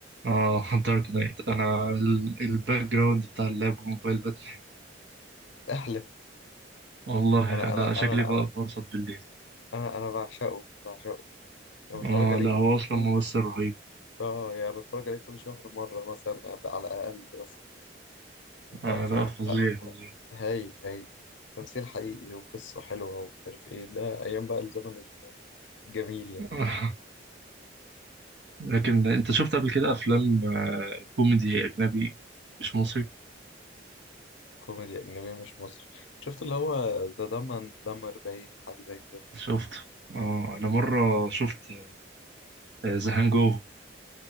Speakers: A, on the right (about 65°); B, on the left (about 75°).
A: اه دارك نايت انا ال- الباك جراوند بتاع اللاب والموبايل باتل
B: احلف
A: والله
B: أنا
A: انا
B: أنا
A: شكلي
B: أنا
A: ب-
B: أنا
A: بنصت بالليل
B: أنا أنا بعشقه بعشقه أنا بتفرج
A: اه
B: عليه
A: لا هو
B: كل
A: اصلا
B: كل
A: ممثل رهيب
B: آه يعني بتفرج عليه كل شهر مرة مثلا على الأقل مثلا فا-
A: آه
B: فاهم
A: لا فظيع
B: لا
A: فظيع
B: هو هايل هايل تمثيل حقيقي وقصة حلوة ومش عارف إيه ده أيام بقى الزمن الجميل يعني
A: <laughs> آه، لكن انت شفت قبل كده افلام آه، كوميدي اجنبي مش مصري
B: كوميدي أجنبي مش مصري شفت اللي هو ده دمن دمر باين حاجة زي كده
A: شفت اه انا مره شفت ذا هانج اوفر